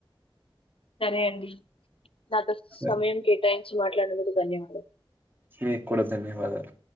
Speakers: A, on the left; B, on the right.
A: సరే అండి. నాతో స్
B: సరే
A: సమయం కేటాయి చి మాట్లాడనందుకు ధన్యవాదాలు
B: మీకూడా ధన్యవాదాలు